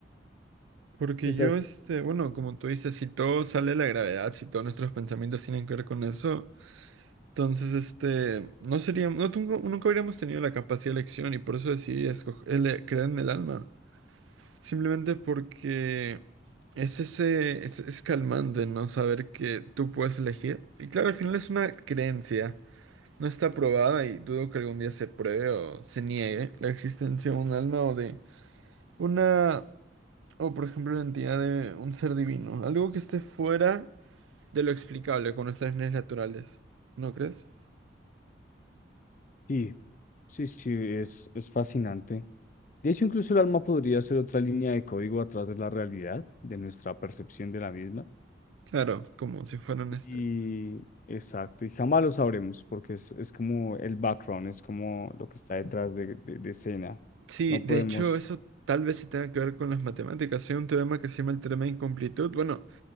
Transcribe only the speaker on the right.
porque
yo, este, bueno, como tú dices, si todo sale de la gravedad, si todos nuestros pensamientos tienen que ver con eso, Entonces, este, no sería, no tengo- nunca habríamos tenido la capacidad de elección y por eso decidí escoger, ele- creer en el alma. Simplemente porque es ese, es, es calmante, ¿no? Saber que tú puedes elegir. Y claro, al final es una creencia. No está probada y dudo que algún día se pruebe o se niegue la existencia de un alma o de una, o por ejemplo, la entidad de un ser divino. Algo que esté fuera de lo explicable con nuestras leyes naturales. ¿No crees?
Claro, como si fueran este.
Sí,
de
hecho, eso tal vez se tenga que ver con las matemáticas. Hay un teorema que se llama el teorema de incomplitud. Bueno,